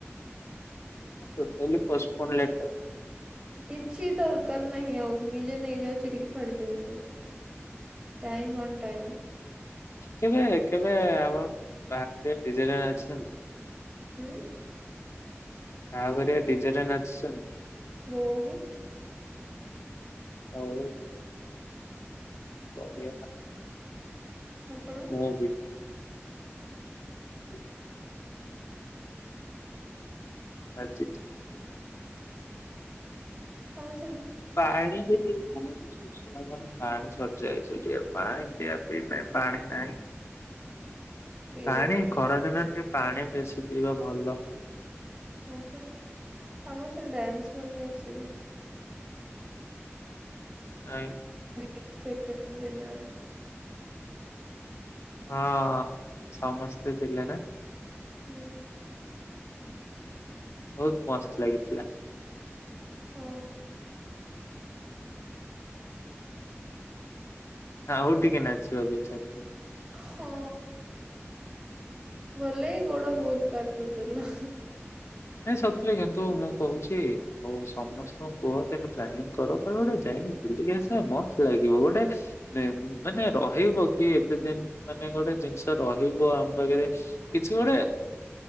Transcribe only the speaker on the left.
ଟୋଟେଲି ପଷ୍ଟପୋନ୍ ଲେଟର,
କେବେ କେବେ ଆପଣ ବାଥିଡେ ଡିଜେରେ ନାଚିଛିନ୍ତି?
ବାହାଘରିଆ ଡିଜେରେ ନାଚିଛନ୍ତି?
ହଉ। ବଢିଆ।
ମୁଁ ବି, ଓ। ଆଛ
ପାଣି ବି ନା ପାଣି ସର୍ ଯାଇଛି ଯ ପାଣି ଟ ପି ପାଇଁ ପାଣି ନାଇଁ
ପାଣି
ଖରାଦିନ ଟ ପାଣି ବେଶୀ ପିଇବା ଭଲ
ଆ
ହଁ ସମସ୍ତେ ଥିଲେ ନା?
ବହୁତ ମସ୍ତ ଲାଗିଥିଲା।
ହଁ ହଉ ଟିକେ ନାଚିବାକୁ ଇଛା
ଥିଲା।
ନାଇଁ ସତରେ କିନ୍ତୁ ମୁଁ କହୁଛି ହଉ ସମସ୍ତଙ୍କୁ କୁହ ତନୁ ପ୍ଲାନିଂ କର ଗୋଟେ ଯାଇକି ବୁଲିକି ଆସିବା ମସ୍ତ ଲାଗିବ ଗୋଟେ ମାନେ ରହିବ କି ଏତେ ଦିନ ମାନେ ଗୋଟେ ଜିନିଷ ରହିବ ଆମ ପାଖରେ କି ସେଇଟେ